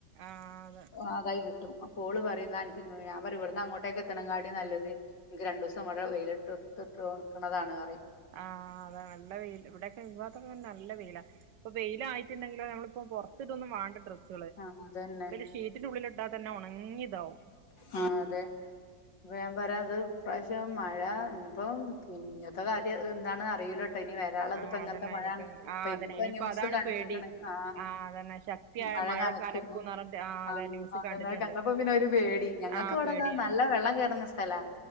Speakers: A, on the right; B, on the left.
A: ആഹ് അതെ
B: ആതായി കിട്ടും. കും അപ്പോള് പറയും ന്ന അൻക്ക്ഞാൻ പറയും ഇവടന്ന് അങ്ങോട്ടേക്ക് എത്തണകാട്ടി നല്ലത് ഇൻക്ക് രണ്ടുസം വടെ വെയിലിട്ട് ഇട്ട് ഒണക്കണാതാണ് റിം
A: ആ ആതാ നല്ല വെയിൽ ഇവിടെക്കെ ഇ നല്ല വെയിലാ പ്പൊവെയിലായിട്ടുണ്ടെങ്കി മ്മളിപ്പ പൊറത്തിടൊന്നും വാണ്ട ഡ്രസ് സ്ള്
B: ആഹ് അതന്നെ
A: ഉള്ളില് ഷീറ്റിൻ്റുള്ളിലിട്ടാതെന്നെ ഒണങ്ങിതാവും
B: ആ അതെ ഇപ്പൊ ഞാൻ പറയാ അത് ഇപ്രാവശ്യം മഴ ഇഞ്ഞ്പ്പോം ഇ ഞ്ഞത്തെ കാര്യം എന്താണറിയുലട്ടോ ഇനി വ ഒരാളത്പ്പ
A: ആഹ്
B: ങ്ങനത്തെ
A: അതന്നെ
B: മഴാ
A: ഇനിപ്പ ആഹ്
B: ഇന്നത്തെ
A: അതന്നെ ഇനിയിപ്പോ
B: ന്യൂസ്
A: അതാണ്
B: കണ്ടിക്ക്ണ്.
A: പേടി
B: ആ
A: ആഹ് അതന്നെ ശക്തിയായ
B: മഴ കനക്കുന്നു
A: കനക്കുംന്ന് പറഞ്ഞിട്ട് ആഹ്
B: ആ <unintelligible>
A: അതെ ന്യൂസ് കണ്ടിട്ടുണ്ട്
B: കണ്ട അപ്പൊ പിന്നെ ഒരു പേടി ഞങ്ങക്ക്
A: ആഹ്
B: ഇവിടെ
A: പേടിയാണ്
B: നല്ല വെള്ളം കേറുന്ന സ്ഥലാ